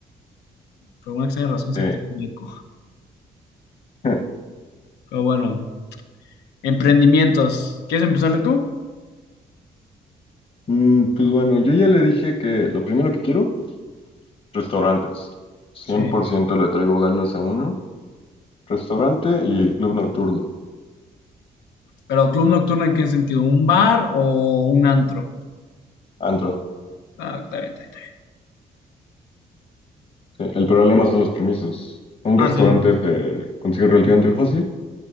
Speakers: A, on the left; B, on the left.
A: Por alguna extraña razón se
B: Eh,
A: activó un eco.
B: <laughs>
A: Pero bueno, emprendimientos. ¿Quieres empezarle tú?
B: mm, pues bueno, yo ya le dije que lo primero que quiero, restaurantes. 100%
A: Sí.
B: le traigo ganas a uno. Restaurante y club nocturno.
A: Pero club nocturno en qué sentido, ¿un bar o un antro?
B: Antro.
A: Ah, está bien, está bien,
B: Sí, el problema son los permisos. Un
A: está
B: restaurante
A: bien. Ah, sí.
B: se consigue relativamente fácil.